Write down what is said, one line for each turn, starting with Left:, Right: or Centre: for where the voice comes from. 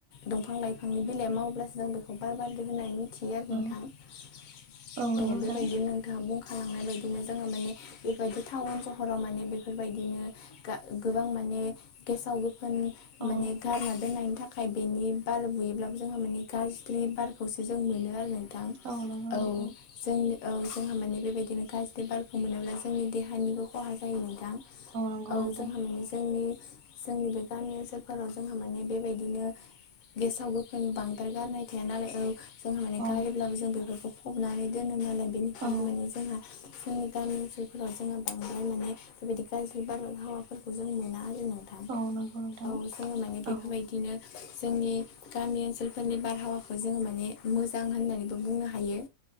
Left: दंफां लाइफांनि बिलाइ मावोब्लासो जों बेखौ बार बारदों होनाय मोन थिओ आरो
Right: औ
Left: नोंथां औ
Right: औ नंगौ नोंथां
Left: बेबायदिनो नोंथांआ बुंखालांनाय बायदिनो जोङो माने बेबायदि थाउन सहर हराव माने बेफोरबायदिनो गा गोबां माने गेसाव गोफो जोंनि माने
Right: औ
Left: गारना दोननायनि थाखाय आखाय बेनि बार बुयोब्लाबो जोङो माने गाज्रि बारखौसो जों मोनो आरो नोंथां
Right: औ नंगौ
Left: औ
Right: नोंथां
Left: जों औ जोंहा माने बेबायदिनो गाज्रि बारखौ मोनोब्ला जोंनि देहानिबो खहा जायो नोंथां
Right: नंगौ
Left: औ
Right: नोंथां
Left: जोंहा माने जोंनि जोंनि बे गामि ओनसोलफोराव जोंहा माने बेबायदिनो हो गेसाव गोफोन बांद्रार गारनाय थाया नालाय ओ जोंहा माने
Right: औ
Left: गारोब्लाबो जों बेफोरखौ फबनानै दोनो नालाय बेनिखायनो
Right: औ
Left: माने जोंहा जोंनि गामि ओनसोलफोराव जोङो बांद्राय माने बेबायदि गाज्रि बारहावाफोरखौ जों मोना आरो ना उम
Right: औ नंगौ नोंथां
Left: औ जोङो माने बेफोरबायदिनो
Right: औ
Left: जोंनि गामि ओनसोलफोरनि बारहावाखौ जोङो माने मोजां होननानैबो बुंनो हायो